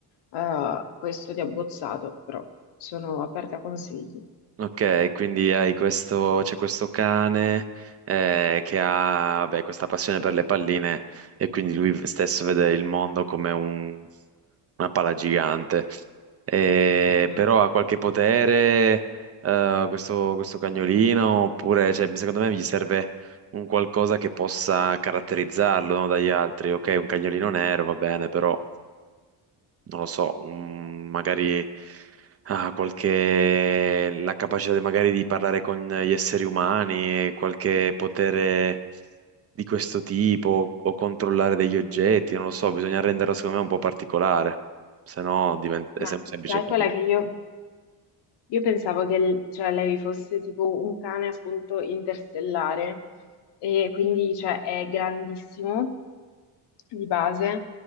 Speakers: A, on the left (about 75°); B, on the right (about 35°).
A: eh, questo di abbozzato, però sono aperta a consigli.
B: Ok, quindi hai questo, c'è questo cane eh, che ha beh, questa passione per le palline e quindi lui stesso vede il mondo come un- una palla gigante. Eh,
A: Mm,
B: però
A: mm.
B: ha qualche potere eh, questo, questo cagnolino oppure cioè, secondo me gli serve un qualcosa che possa caratterizzarlo no, dagli altri. Ok, un cagnolino nero va bene, però non lo so, un- magari ah, qualche, la capacità de- magari di parlare con gli esseri umani, qualche potere di questo tipo o controllare degli oggetti, non lo so, bisogna renderlo secondo me un po' particolare, se no diventa,
A: Ma
B: è sem- semplice
A: calcola
B: condominio.
A: che io Io pensavo che l- cioè, lei fosse tipo un cane appunto interstellare e quindi cioè, è grandissimo di base,